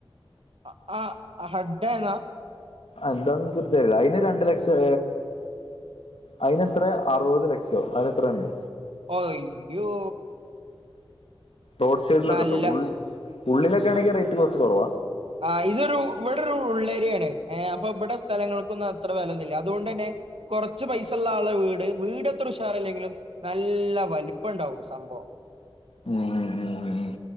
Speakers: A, on the right; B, on the left.
A: അ ആ അഹഡ്ഡയെന്ന.
B: എന്താന്നെനിക്കൊരിതില്ല അയ്ന് രണ്ട് ലക്ഷ- അയിനെത്ര അറുവത് ലക്ഷോ അങ്ങനെത്രോ ണ്ട്.
A: അയ്യോ.
B: റോഡ് സൈഡിലൊക്കെട്ടോ
A: നല്ല
B: ഉള്ള് ഉള്ളിലൊക്കെയാണെങ്കി റേറ്റ് കൊറച്ച് കൊറവാ
A: ആഹ് ഇതൊരു വടൊരു ഉള്ളേരിയേണ് ഏ അപ്പ ബടെ സ്ഥലങ്ങൾക്കൊന്നു അത്ര വെലെന്നുല്ല അതുകൊണ്ടെന്നെ. കൊറച്ച് പൈസള്ളാളെ വീട് വീടത്ര ഉഷാറില്ലെങ്കിലും നല്ല വല്പ്പണ്ടാവും സംഭവം
B: ഉം ഉം ഉം ഉം